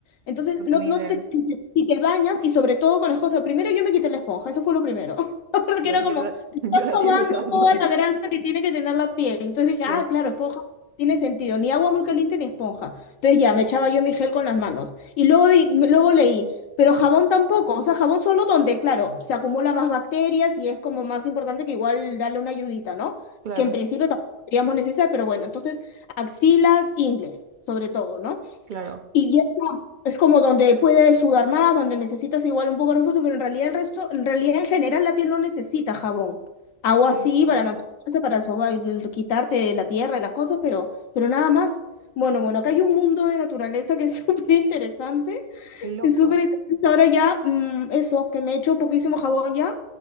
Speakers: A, on the left; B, on the right.
A: entonces,
B: No
A: no,
B: tenía
A: no
B: idea.
A: te, si, te, si te bañas y sobre todo con la esponja, primero yo me quité la esponja, eso fue lo primero, <laughs> porque
B: Yo,
A: era como,
B: yo la, <laughs> yo la
A: sobando
B: sigo usando.
A: toda la grasa que tiene que tener la piel. Entonces dije,
B: Yo,
A: ah, claro, esponja tiene sentido, ni agua muy caliente ni esponja. Entonces ya, me echaba yo mi gel con las manos. Y luego, di- luego leí, pero jabón tampoco, o sea, jabón solo donde, claro, se acumula más bacterias y es como más importante que igual darle una ayudita, ¿no?
B: claro,
A: Que en principio tampoco seríamos necesarias, pero bueno, entonces axilas, ingles, sobre todo, ¿no?
B: claro.
A: Y ya está. Es como donde puedes sudar más, donde necesitas igual un poco de refuerzo, pero en realidad el resto, en realidad en general la piel no necesita jabón. Agua
B: Qué
A: sí
B: loco,
A: para mantenerse, para soba- quitarte la tierra y las cosas, pero, pero nada más. Bueno, bueno, acá hay un mundo de naturaleza que es <laughs> súper interesante.
B: qué loco.
A: Es súper interesante. Ahora ya, mm, eso, que me he hecho poquísimo jabón ya,